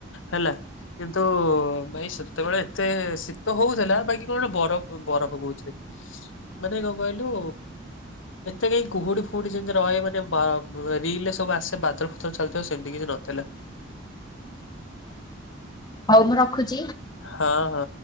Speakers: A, on the left; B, on the left.
A: ହେଲା କିନ୍ତୁ ଭାଇ ସେତେବେଳେ ଏତେ ଶୀତ ହଉଥିଲା ବାକି କଣ ବରଫ ବରଫ କହୁଚି ମାନେ କଣ କହିଲୁ ଏତେ କାଇଁ କୁହୁଡି ଫୁହୁଡି ଯେମିତି ରହେ ମାନେ ବା ରିଲରେ ସବୁ ଆସେ ବାଦଲ ଫାଦଲ ଚାଲିଥିବ ସେମିତି କିଛି ନ ନଥେଲା।
B: <inaudible> ହଉ ମୁଁ ରଖୁଛି।
A: ହଁ ହଁ।